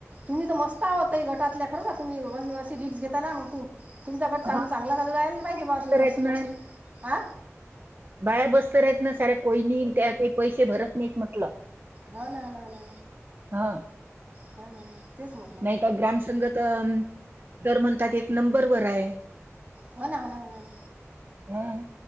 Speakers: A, on the right; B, on the right.
A: तुम्ही तर मस् आहोतही गटातल्या खरंच तुम्ही अशी रिक्स घेता ना मग तू... तुमच्याकड चालू
B: हो,
A: चांगला चालू राहील पाहिजे
B: बस्तर
A: म
B: आहेत
A: सुरक्षित
B: ना
A: हा.
B: बाया बसत राहत ना साऱ्या कोई नाही त्या काही पैसे भरत नाहीत म्हटलं.
A: हा ना ह ना ह ना
B: हं
A: ह ना तेच म्हटलं.
B: नाही तर ग्रामसंघ तर तर म्हणतात एक नंबरवरर आहे.
A: हो ना होणा होणा होणा
B: हं